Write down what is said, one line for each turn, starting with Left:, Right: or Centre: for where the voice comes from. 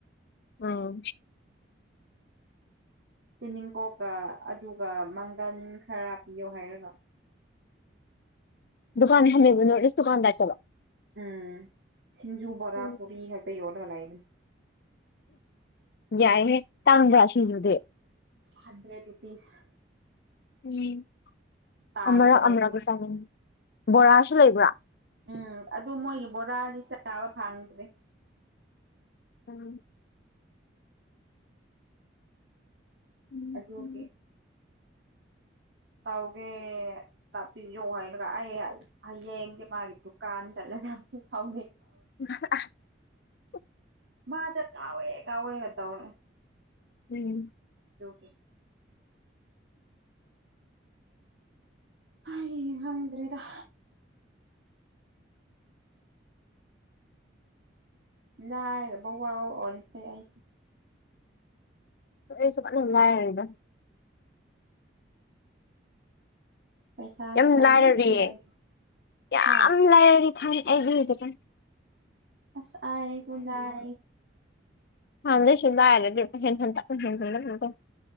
Left: ꯑꯥ
Right: ꯇꯨꯅꯤꯡꯈꯣꯛꯀ ꯑꯗꯨꯒ ꯃꯪꯒꯟ ꯈꯔ ꯄꯤꯌꯣ ꯍꯥꯏꯔꯒ
Left: ꯗꯨꯀꯥꯟ ꯍꯪꯅꯤꯕ ꯅꯣꯠ ꯏꯁ ꯗꯨꯀꯥꯟ ꯅꯠꯇꯕ
Right: ꯎꯝ ꯁꯤꯡꯖꯨ ꯕꯣꯔꯥ
Left: ꯎꯝ
Right: ꯄꯨꯔꯤ ꯍꯥꯏ ꯀ ꯌꯣꯅ ꯃ ꯂꯥꯏꯕ
Left: ꯌꯥꯏꯍꯦ ꯇꯥꯡꯕ꯭ꯔꯥ ꯁꯤꯅꯗꯤ
Right: ꯍꯟꯗ꯭ꯔꯦꯠ ꯔꯨꯄꯤꯁ
Left: ꯎꯝ
Right: ꯇꯥꯡꯕꯅꯦ
Left: ꯑꯃꯔꯛ ꯑꯃꯔꯛ
Right: ꯑꯗꯨ
Left: ꯆꯅꯤꯡ ꯕꯣꯔꯥꯁꯨ ꯂꯩꯕ꯭ꯔꯥ
Right: ꯎꯝ ꯑꯗꯨ ꯃꯣꯏꯒꯤ ꯕꯣꯔꯥꯁꯤ ꯆꯥꯕ ꯐꯪꯗ꯭ꯔꯦ
Left: ꯎꯝ ꯎꯝ
Right: ꯑꯗ ꯑꯣꯀꯦ ꯇꯥꯎꯒ ꯇ ꯌ ꯍꯥꯏꯔꯌꯦ ꯑꯌꯦ ꯌꯦꯡꯦ ꯃꯥꯒꯤ ꯗꯨꯀꯥꯟ ꯆꯠ ꯊꯥꯎ
Left: <inaudible>
Right: ꯃꯥ ꯆ ꯀꯥꯥꯎꯋ ꯑꯣꯏ ꯀꯥꯎꯦ ꯀꯇꯧꯅꯦ
Left: ꯎꯝ
Right: ꯗꯀꯦ ꯑꯩ ꯍꯪꯗ꯭ꯔꯦꯗ ꯂꯥꯏꯌꯕ ꯋꯥꯎ ꯑꯣꯅꯈꯔ꯭ꯦ
Left: ꯑꯩꯁꯨꯄꯅꯅꯨꯡꯉꯥꯏꯔꯗ
Right: ꯄꯩꯁꯥꯁꯨ
Left: ꯌꯥꯝ
Right: ꯀꯔꯤꯁꯨ
Left: ꯂꯥꯏꯔꯔꯤꯌꯦ
Right: ꯂꯩꯇꯦ
Left: ꯌꯥꯝ
Right: ꯍꯥ
Left: ꯂꯥꯏꯔꯔꯤ ꯈꯥꯟ ꯑꯦꯕꯤꯖꯕ
Right: ꯑꯁꯑ ꯈꯨꯗꯥꯑ
Left: ꯍꯥꯟꯗ ꯁꯗ ꯍꯥꯏꯔ ꯈꯟ